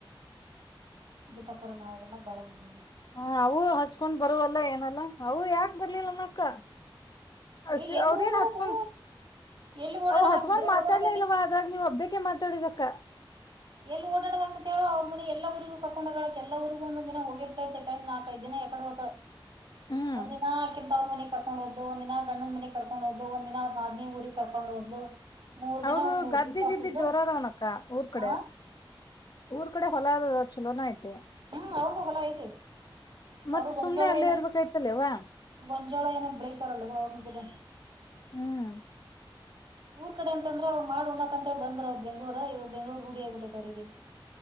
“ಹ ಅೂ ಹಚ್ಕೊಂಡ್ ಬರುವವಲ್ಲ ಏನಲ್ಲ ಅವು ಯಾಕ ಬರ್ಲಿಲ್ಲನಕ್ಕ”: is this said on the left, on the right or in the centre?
Left